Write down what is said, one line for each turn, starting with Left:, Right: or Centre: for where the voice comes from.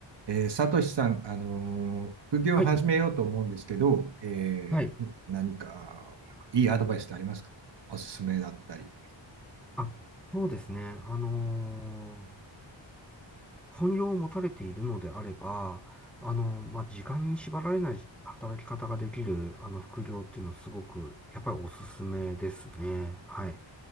Right: えー、サトシさん、あのー副業を始めようと思うんですけど、
Centre: はい、
Right: えー何かいいアドバイスってありますかおすすめだったり。
Centre: はい。あ、そうですね。あのー本業を持たれているのであれば、あのーまあ、時間に縛られない働き方ができる、あの、副業っていうのはすごく、やっぱりおすすめですね。はい。